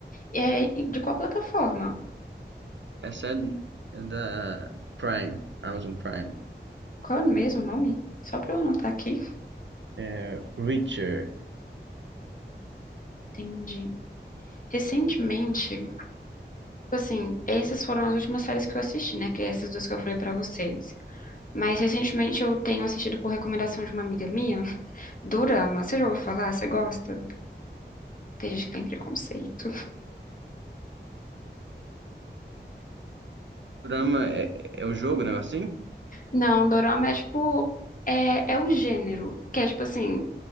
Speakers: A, on the left; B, on the right.
A: É, e de qual plataforma?
B: Essa é, é da Prime, Amazon Prime.
A: Qual é mesmo o nome? Só pra eu anotar aqui.
B: É, Reacher.
A: Entendi. Recentemente, tipo assim, essas foram as últimas séries que eu assisti, né? Que é essas duas que eu falei pra vocês. Mas recentemente eu tenho assistido por recomendação de uma amiga minha, Dorama. Você já ouviu falar? Você gosta? Tem gente que tem preconceito.
B: Programa é, é o jogo, né? Assim?
A: Não, Dorama é tipo. É, é o gênero, que é tipo assim.